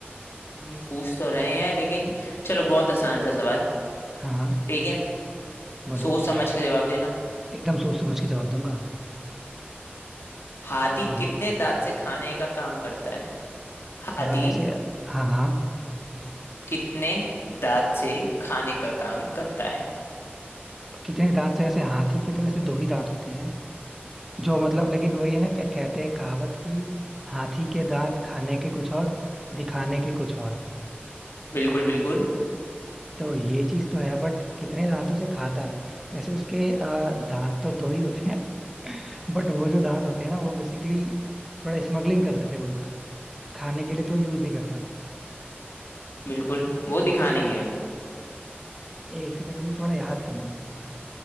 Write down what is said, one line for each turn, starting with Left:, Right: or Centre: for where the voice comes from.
Left: हम पूछ तो रहे हैं लेकिन चलो बहुत आसान था सवाल
Centre: हाँ हाँ
Left: ठीक है
Centre: बोलो
Left: सोच समझ के जवाब देना
Centre: एकदम सोच समझ के जवाब दूंगा
Left: हाथी
Centre: बोलो
Left: कितने दांत से खाने का काम करता है हाथी
Centre: अ, वैसे हाँ हाँ
Left: कितने दांत से खाने का काम करता है
Centre: कितने दांत से वैसे हाथी के तो वैसे दो ही दांत होते हैं जो मतलब लेकिन वही है ना क्या कहते हैं कहावत की हाथी के दांत खाने के कुछ और दिखाने के कुछ और
Left: बिल्कुल बिल्कुल
Centre: तो ये चीज तो है बट कितने दांतों से खाता है वैसे उसके अ, दांत तो दो ही होते हैं <laughs> बट वो जो दांत होते हैं ना वो बेसिकली थोड़ा स्मगलिंग कर देते हैं उनका खाने के लिए तो यूज नहीं करता
Left: बिल्कुल वो दिखाने
Centre: बट कितने
Left: के हैं
Centre: होते हैं? एक सेकंड मुझे थोड़ा याद करने